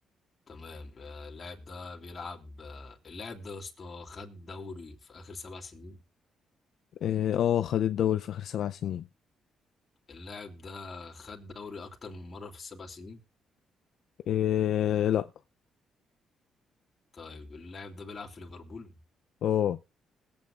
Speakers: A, on the left; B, on the left.
A: تمام آه، اللاعب ده بيلعب آه، اللاعب ده يا اسطى خد دوري في اخر سبع سنين
B: اه آه، خد الدوري في اخر سبع سنين
A: اللاعب ده خد دوري اكتر من مره في السبع سنين
B: إيه لا
A: طيب اللاعب ده بيلعب في ليفربول
B: اه